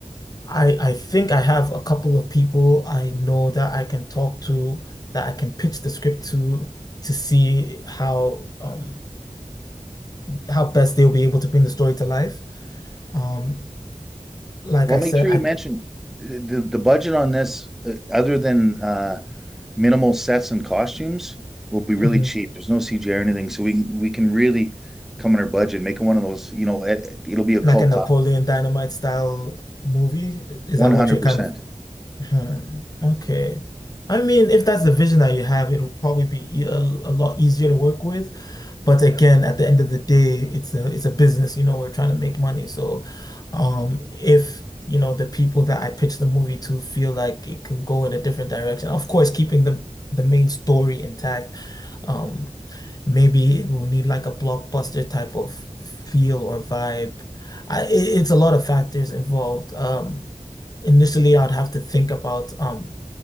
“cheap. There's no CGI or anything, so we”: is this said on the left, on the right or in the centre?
Centre